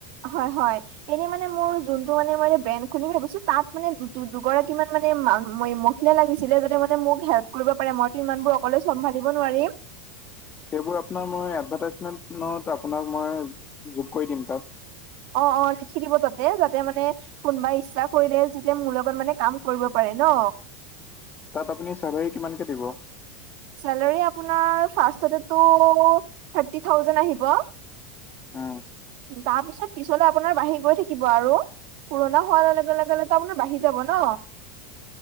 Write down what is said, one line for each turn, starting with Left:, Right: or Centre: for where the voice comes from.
Right: হয় হয়। এনেই মানে মোৰ যোনটো মানে মই ব্ৰেণ্ড খুলিম ভাবিছো, তাত মানে দু দুগৰাকী মান মানে। লাগিছিলে যাতে মানে মোক হেল্প কৰিব পাৰে, মইতো ইমানবোৰ অকলে চম্ভালিব নোৱাৰিম।
Left: সেইবোৰ আপোনাৰ মই এডভাৰ্টাইজমেণ্টত আপোনাক মই যোগ কৰি দিম তাত।
Right: অ' অ' লিখি দিব তাতে যাতে মানে। কোনোবা ইচ্ছা কৰিলে যেতিয়া মোৰ লগত মানে কাম কৰিব পাৰে ন?
Left: তাত আপুনি চেলাৰী কিমানকে দিব?
Right: চেলেৰী আপোনাৰ ফাৰ্টে থাৰটি থাউজেন আহিব
Left: অ,
Right: তাৰ পিছত পিছলে আপোনাৰ বাঢ়ি গৈ থাকিব আৰু। পুৰণা হোৱাৰ লগে লগে লগে মানে বাঢ়ি যাব ন,